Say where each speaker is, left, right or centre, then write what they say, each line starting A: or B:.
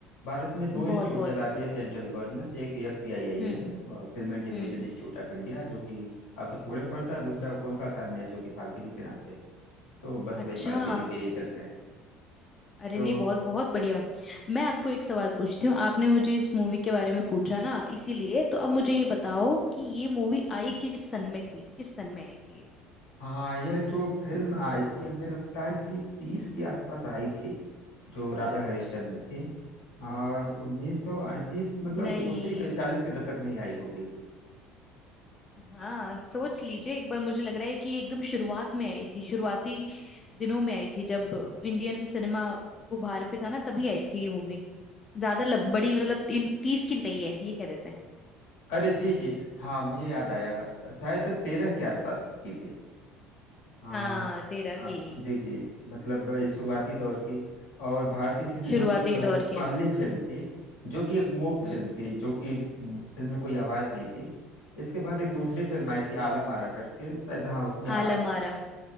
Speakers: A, on the left; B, on the left.
A: भारत में दो
B: बहुत
A: इंस्टीट्यूट
B: बहुत
A: चलाती है सेंट्रल गवर्नमेंट एक एफ टी आई आई
B: हम्म
A: है अ, film and television
B: हम्म
A: institute of India जो कि आपके पुणे में पड़ता है दूसरा कोलकाता में है जो कि फाल्के जी के नाम पे है तो बस
B: अच्छा
A: वही पालतू जी की ही फिल्म है
B: अरे
A: तो
B: नहीं बहुत बहुत बढ़िया मैं आपको एक सवाल पूछती हूँ आपने मुझे इस मूवी के बारे में पूछा ना इसीलिए तो अब मुझे ये बताओ कि ये मूवी आई किस सन में थी किस सन में आई थी ये
A: हाँ यह जो फिल्म आई थी हमें लगता है कि तीस के
B: हम्म
A: आसपास आई थी जो राजा हरिश्चंद्र थी और उन्नीस सौ अड़तीस मतलब
B: नहीं
A: उसी के चालीस के दशक में ही आई होगी
B: हाँ सोच लीजिए एक बार मुझे लग रहा है कि ये एकदम शुरुआत में आई थी शुरुआती दिनों में आई थी जब इंडियन सिनेमा उभार पे था ना तभी आई थी ये मूवी ज्यादा लब, बड़ी मतलब तीन तीस की नहीं है ये कह देते हैं
A: अरे जी जी हाँ मुझे याद आया शायद तेरह के आसपास की थी हाँ
B: हाँ तेरह
A: हाँ,
B: की
A: जी जी मतलब ये शुरुआती दौर की और भारतीय सिनेमा
B: शुरुआती
A: की पहले
B: दौर की
A: पहली फिल्म थी जो कि एक मूक फिल्म
B: हम्म
A: थी जो कि फिल्म में कोई आवाज नहीं थी इसके बाद एक दूसरी फिल्म आई थी आला मारा करके शायद हाँ उसमें आवाज
B: आलम
A: था
B: आरा